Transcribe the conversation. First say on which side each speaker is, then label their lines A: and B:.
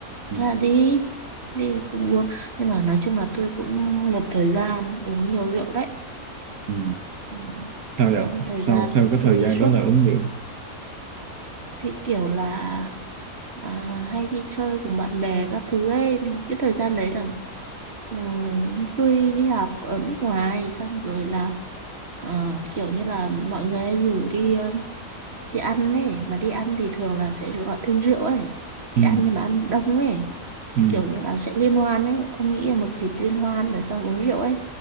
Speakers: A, on the right; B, on the right.
A: ừ,
B: thế là đi đi cũng uống nhưng mà nói chung là tôi cũng một thời gian uống nhiều rượu đấy
A: ừ.
B: Ừ.
A: sao vậy
B: có một thời
A: sau
B: gian
A: sau cái
B: tôi
A: thời gian
B: suốt
A: đó là uống rượu
B: thì kiểu là à, hay đi chơi cùng bạn bè các thứ ấy thì cái thời gian đấy là ừ, tôi đi học ở nước ngoài xong rồi là à, kiểu như là mọi người hay rủ đi ờ, đi ăn ấy mà đi ăn thì thường là sẽ gọi thêm rượu ấy
A: ừ,
B: đi ăn nhưng mà ăn đông ấy
A: ừ,
B: kiểu như là sẽ liên hoan ấy ông nghĩ là một dịp liên hoan rồi xong uống rượu ấy